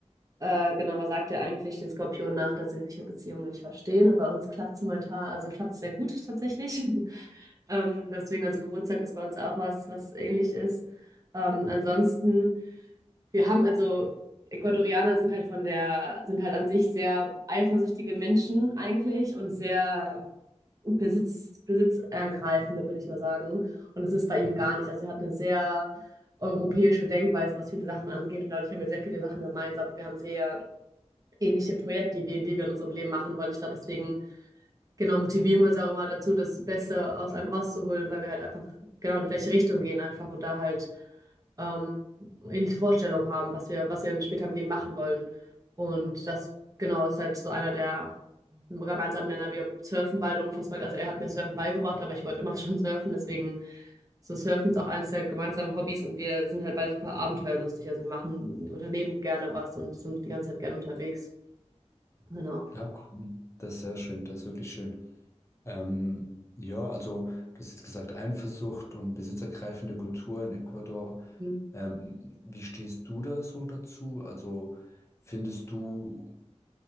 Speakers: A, on the right; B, on the left.
A: Äh, genau, man sagt ja eigentlich den Skorpionen nach, dass sie sich in Beziehungen nicht verstehen. Und bei uns klappt es momentan, also klappt es sehr gut tatsächlich. <laughs> Ähm, deswegen, also Geburtstag ist bei uns auch was, was ähnlich ist. Ähm, ansonsten, wir haben also, Ecuadorianer sind halt von der, sind halt an sich sehr eifersüchtige Menschen eigentlich und sehr Besitz, besitzergreifende, würde ich mal sagen. Und das ist bei ihm
B: Mhm.
A: gar nicht. Also er hat eine sehr europäische Denkweise, was viele Sachen angeht. Und dadurch haben wir sehr viele Sachen gemeinsam. Und wir haben sehr ähnliche Projektideen, die wir in unserem Leben machen wollen. Ich glaube, deswegen genau motivieren wir uns auch immer dazu, das Beste aus einem rauszuholen, weil wir halt einfach genau in die gleiche Richtung gehen einfach und da halt ähm, ähnliche Vorstellungen haben, was wir, was wir dann später im Leben machen wollen. Und das genau ist halt so einer der gemeinsamen Nenner. Wir surfen beide unfassbar. Also er hat mir Surfen beigebracht, aber ich wollte immer <laughs> schon surfen. Deswegen so Surfen ist auch eins der gemeinsamen Hobbys und wir sind halt beide super abenteuerlustig. Also wir machen, unternehmen gerne was und sind die ganze Zeit gerne unterwegs. Genau.
B: Ja, cool. Das ist sehr schön, das ist wirklich schön. Ähm, ja, also du hast jetzt gesagt, Eifersucht und besitzergreifende Kultur in Ecuador.
A: Hm.
B: Ähm, wie stehst du da so dazu? Also findest du,